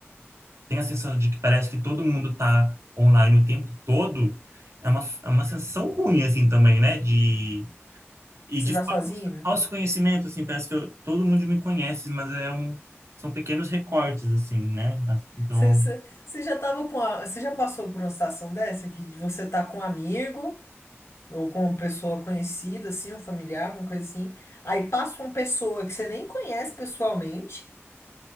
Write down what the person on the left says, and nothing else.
Você
tá sozinho, né?
Você,
você, você já tava com a, você já passou por uma situação dessa que você tá com um amigo ou com uma pessoa conhecida, assim, um familiar, uma coisa assim. Aí passa uma pessoa que você nem conhece pessoalmente.